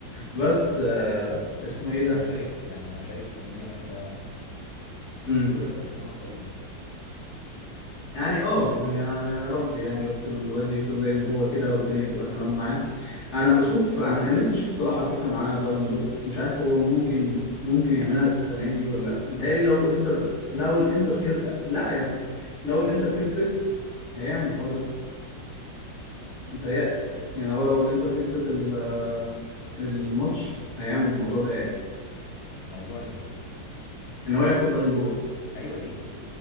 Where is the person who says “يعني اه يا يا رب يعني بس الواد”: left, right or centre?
Left